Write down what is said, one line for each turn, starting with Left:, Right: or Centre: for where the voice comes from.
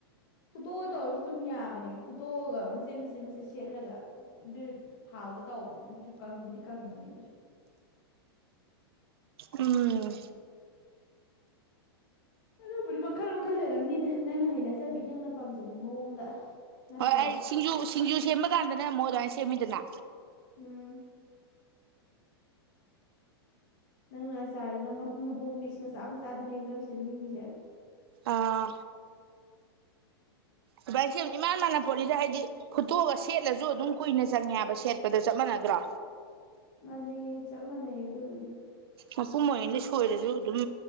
Left: ꯐꯨꯇꯣ ꯇꯧ ꯑꯣꯏꯔꯁꯨ ꯑꯗꯨꯝ ꯌꯥꯕꯅꯦ ꯐꯨꯠꯇꯣꯛꯑꯒ ꯃꯆꯠ ꯃꯆꯦꯠ ꯃꯆꯦꯠ ꯁꯦꯠꯂꯒ ꯑꯗꯨ ꯊꯥꯎꯗ ꯇꯧꯕꯗꯨꯅ ꯑꯗꯨꯁꯨ ꯀꯪꯕꯨꯗꯤ ꯀꯪꯕꯅꯦ ꯑꯗꯨꯁꯨ
Right: ꯎꯝ
Left: ꯍꯜꯣ ꯄꯨꯔꯤ ꯃꯈꯥꯜ ꯃꯈꯜ ꯂꯩ ꯃꯔꯝꯅꯤꯗ ꯅꯪꯅ ꯍꯩꯅꯖꯕꯤ ꯅꯪꯅ ꯄꯥꯝꯖꯕꯤ ꯃꯑꯣꯡꯗ ꯅꯠꯇ꯭ꯔꯣ
Right: ꯍꯣꯏ ꯑꯩ ꯁꯤꯁꯤꯡꯖ ꯁꯤꯡꯖꯨ ꯁꯦꯝꯕ ꯀꯥꯟꯗꯅ ꯃꯣꯏ ꯑꯗꯨꯃꯥꯏꯅ ꯁꯦꯝꯃꯤꯗꯅ
Left: ꯎꯝ ꯅꯪꯅ ꯑ ꯆꯥꯔꯅ ꯃꯄꯨꯝ ꯃꯄꯨꯝ ꯄꯤꯁ ꯃꯆꯥ ꯃꯆꯥꯗꯨꯅꯦ ꯑꯃꯨ ꯅꯪ ꯁꯦꯝꯅꯤꯡꯉꯤꯁꯦ
Right: ꯑꯥ ꯑꯗꯨꯃꯥꯏꯅꯁꯦ ꯏꯃꯥꯟ ꯃꯥꯟꯅ ꯄꯣꯠꯁ ꯍꯥꯏꯗꯤ ꯐꯨꯠꯇꯣꯛꯑꯒ ꯁꯦꯠꯂꯁꯨ ꯑꯗꯨꯝ ꯀꯨꯏꯅ ꯆꯪꯉꯦꯕ ꯁꯦꯠꯄꯗ ꯆꯞ ꯃꯥꯟꯅꯗ꯭ꯔꯣ
Left: ꯆꯥꯟꯅꯩꯌꯦ ꯆꯞ ꯃꯥꯟꯅꯩꯌꯦ ꯑꯗꯨꯕꯨꯗꯤ
Right: ꯃꯄꯨꯝ ꯑꯣꯏꯗ ꯁꯣꯏꯔꯁꯨ ꯑꯗꯨꯝ